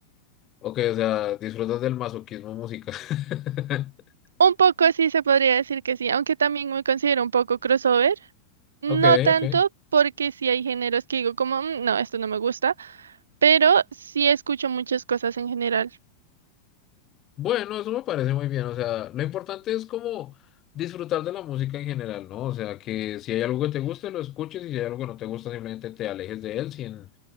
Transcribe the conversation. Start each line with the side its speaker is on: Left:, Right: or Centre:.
Left: Ok, o sea, disfrutas del masoquismo musical. <laughs>
Right: Un poco sí se podría decir que sí, aunque también me considero un poco crossover. No
Left: Ok,
Right: tanto
Left: ok.
Right: porque sí hay géneros que digo como, "Mm, no, esto no me gusta, pero sí escucho muchas cosas en general.
Left: Bueno, eso me parece muy bien. O sea, lo importante es como disfrutar de la música en general, ¿no? O sea, que si hay algo que te guste, lo escuches y si hay algo que no te gusta, simplemente te alejes de él sin